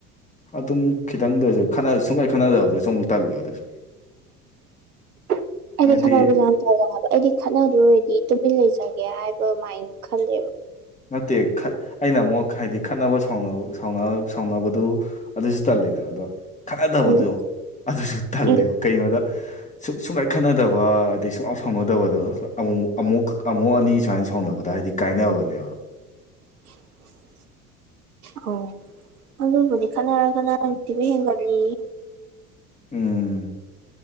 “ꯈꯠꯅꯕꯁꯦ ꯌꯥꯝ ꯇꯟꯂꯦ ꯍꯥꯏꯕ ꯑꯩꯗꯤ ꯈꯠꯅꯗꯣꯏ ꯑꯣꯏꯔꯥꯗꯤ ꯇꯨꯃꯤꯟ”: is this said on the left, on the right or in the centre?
Right